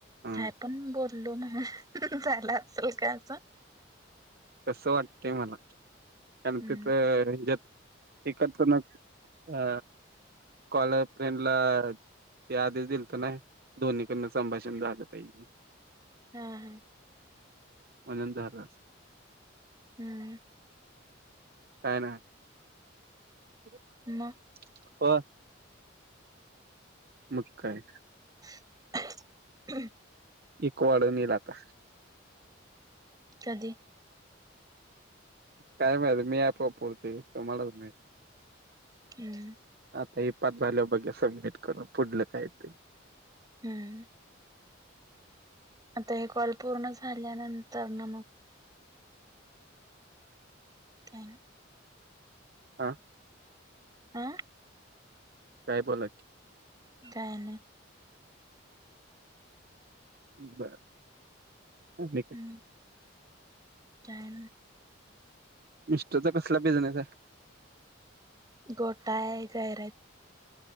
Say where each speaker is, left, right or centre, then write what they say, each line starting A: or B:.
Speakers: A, on the right (about 50°); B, on the right (about 20°).
A: हम्म
B: काय पण बोललो म्हणून झालं असेल का असं.
A: तसं वाटतय मला, <unintelligible>
B: हम्म
A: रंजक एकत्र ना, अ कॉल अ फ्रेंड ला ते आधीच दिलतं नाही, दोन्हीकडून संभाषण झालं पायजे.
B: हा हा.
A: म्हणून झालं असल.
B: हम्म.
A: काय नाय. <inaudible>
B: मग
A: होय. मग काय
B: <inaudible>
A: एक वाढून ईल आता.
B: कधी?
A: काय माहत, मी एप वापरतुय, तुम्हालाच माहित.
B: हम्म.
A: आत्ताही पाच झाल्याव बघूया सबमिट करून फुडलं काहीतरी.
B: हम्म. आता हे कॉल पूर्ण झाल्यानंतर न मग काय नई.
A: हा.
B: हा?
A: काय बोला की.
B: काय नाही.
A: बर, आणि काय.
B: हम्म काय नई.
A: मिस्टरचा कसला बिझनेस आहे?
B: गोटा हाय, गैरं हाईत.